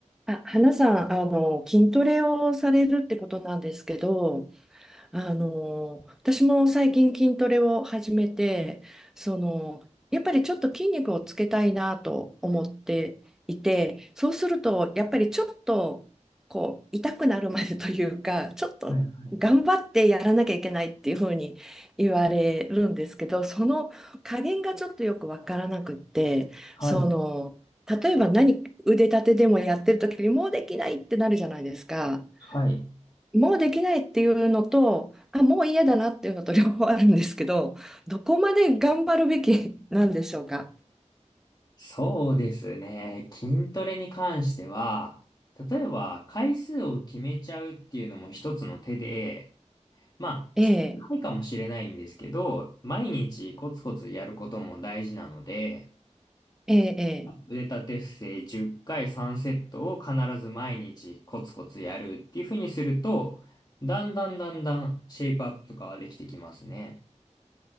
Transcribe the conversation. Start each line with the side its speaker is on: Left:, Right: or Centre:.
Centre: あ、花さん、あの、筋トレをされるってことなんですけど、あの、私も最近筋トレを始めて、その、やっぱりちょっと筋肉をつけたいなと思っていて、そうすると、やっぱりちょっと、こう、痛くなるまでというか、ちょっと頑張ってやらなきゃいけないっていうふうに言われるんですけど、
Left: はいはい。
Centre: その加減がちょっとよくわからなくって、
Left: はい。
Centre: その、例えば何、腕立てでもやってる時にもうできないってなるじゃないですか。
Left: はい。
Centre: もうできないっていうのと、あ、もう嫌だなっていうのと両方あるんですけど、どこまで頑張るべきなんでしょうか。
Left: そうですね。筋トレに関しては、例えば回数を決めちゃうっていうのも一つの手で、まあ、
Centre: ええ、
Left: きつくないかもしれないんですけど、毎日コツコツやることも大事なので、
Centre: ええ、ええ。
Left: 腕立て伏せ10回3セットを必ず毎日コツコツやるっていうふうにすると、だんだんだんだんシェイプアップとかはできてきますね。